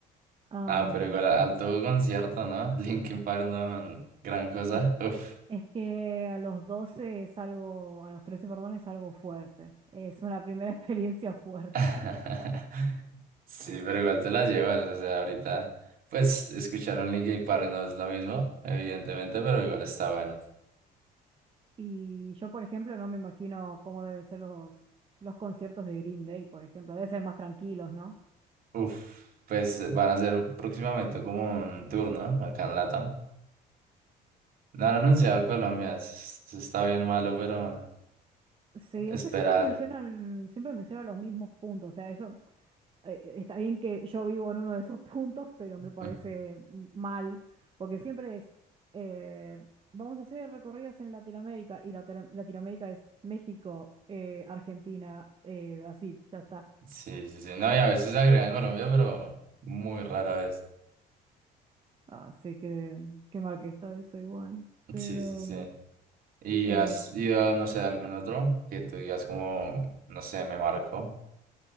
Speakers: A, on the right; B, on the right.
A: Am,
B: Ah, pero igual a- alto concierto, ¿no? <laughs> Linkin Park no, gran cosa.
A: es,
B: Uf.
A: es que a los 12 es algo, a los 13 perdón, es algo fuerte. Es una primera <laughs> experiencia fuerte.
B: <laughs> Sí, pero igual te la llevas. O sea, ahorita, pues, escuchar un Linkin Park no es lo mismo, evidentemente, pero igual está bueno.
A: Y yo, por ejemplo, no me imagino cómo deben ser los, los conciertos de Green Day, por ejemplo. Deben ser más tranquilos, ¿no?
B: Uf, pues van a hacer próximamente como un tour, ¿no? Acá en Latam. No han anunciado Colombia, s- s- está bien malo, pero.
A: Sí, es
B: Esperar.
A: que siempre mencionan, siempre mencionan los mismos puntos. O sea, eso eh, está bien que yo vivo en uno de esos <laughs> puntos, pero me parece
B: Ah,
A: m- mal, porque siempre es, eh, vamos a hacer recorridos en Latinoamérica, y Latino- Latinoamérica es México, eh, Argentina, eh, Brasil, ya está.
B: Sí, sí, sí. No, y a veces agregan Colombia, pero muy rara vez.
A: Así que qué mal que está eso igual. Pero
B: Sí, sí, sí. ¿Y
A: eh,
B: has ido, no sé, a algún otro que tú digas como, no sé, me marcó?